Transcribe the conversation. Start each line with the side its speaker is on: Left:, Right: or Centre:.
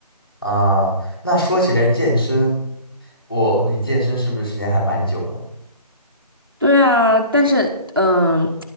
Left: 啊，那说起来健身，我你健身是不是时间还蛮久了？
Right: 对啊，但是嗯，